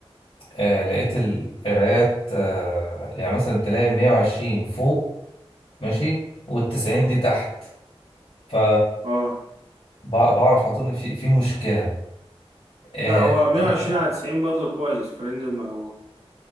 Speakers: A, on the left; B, on the right.
A: آه لقيت القرايات آه يعني مثلا تلاقي ال 120 فوق ماشي وال 90 دي تحت ف
B: اه
A: بع- بعرف على طول ان في في مشكله آه
B: لا هو 120
A: آه،
B: على 90 برضه كويس في رينج المقبول